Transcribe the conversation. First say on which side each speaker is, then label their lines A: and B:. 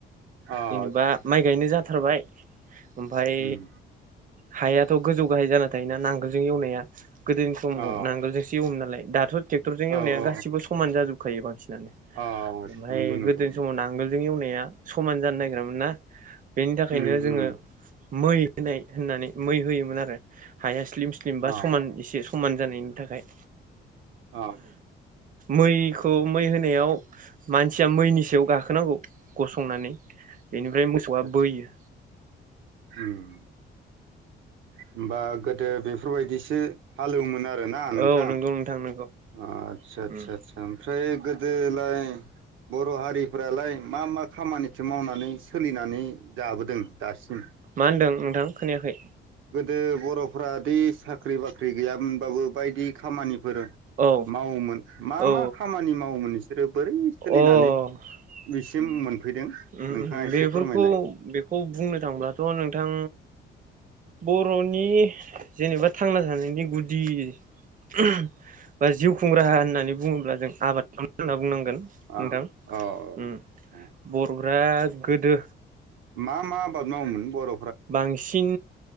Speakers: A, on the right; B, on the right.
A: अ आदसा
B: जेनेबा माइ गायनो जाथारबाय ओमफ्राय
A: उम
B: हायाथ गोजौ गाहाय जाना थायोना नांगोलजों एवनाया गोदोनि समाव
A: अ
B: नांगोलजोंसो एवोमोन नालाय दाथ ट्रेक्टरजों
A: औ
B: एवनाया
A: औ
B: गासिबो समान जाजोबखायो बांसिन ओमफ्राय
A: औ औ नंगौ नंगौ
B: गोदोनि समाव नांगोलजों एवनाया समान जानो नागिरामोन ना बेनि थाखायनो
A: उम
B: जोङो
A: उम
B: मै होनाय होननानै मै होयोमोन आरो हाया स्लिम स्लिम
A: अ
B: बा समान एसे समान जानायनि थाखाय
A: आ
B: मैखौ मै होनायाव मानसिया मैनि सायाव गाखोनांगौ गसंनानै बेनिफ्राय
A: आदसा
B: मोसौआ
A: आदसा
B: बोयो
A: उम होमबा गोदो बेफोरबायदिसो हालेवोमोना आरोना नोंथां
B: औ नंगौ नोंथां नंगौ
A: आच्छा सा
B: उम
A: सा सा सा ओमफ्राय गोदोलाय बर हारिफ्रालाय मा मा खामानिखौ मावनानै सोलिनानै जाबोदों दासिम?
B: मा होनदों नोंथां खोनायाखै?
A: गोदो बरफ्रा दि साख्रि बाख्रि गैयामोनबाबो बायदि खामानि फोर
B: औ
A: मावोमोन मा
B: औ
A: मा खामानि मावोमोन बिसोरो बोरै सोलिनानै
B: औ अ उम
A: बिसिम मोनफैदों नोंथाङा
B: उम
A: एसे
B: बेफोरखौ
A: फोरमायलाय
B: बेखौ बुंनो थांब्ला ट' नोंथां बर'नि जेनेबा थांना थानायनि गुदि <unintelligible> बा जिउ खुंराहा होननानै बुङोब्ला जों आबादखौनो होनना बुंनांगोन नोंथां
A: ओं
B: उम
A: औ औ
B: बर'फोरा गोदो
A: मा मा आबाद मावोमोन बर'
B: बांसिन